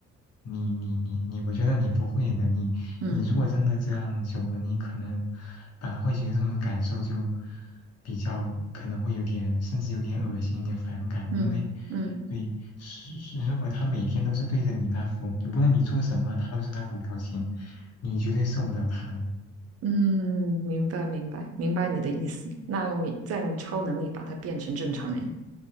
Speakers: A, on the left; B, on the right.
A: 你你你你，我觉得你不会的。你你如果真的这样久了，
B: 嗯
A: 你可能反而会觉得这种感受就比较可能会有点，甚至有点恶心，有点反感。
B: 嗯嗯。
A: 因为对，是是如果他每天都是对着你那副，就不论你做什么，他都是那副表情，你绝对受不了他的。
B: 嗯，明白明白明白你的意思。那用再用超能力把它变成正常人，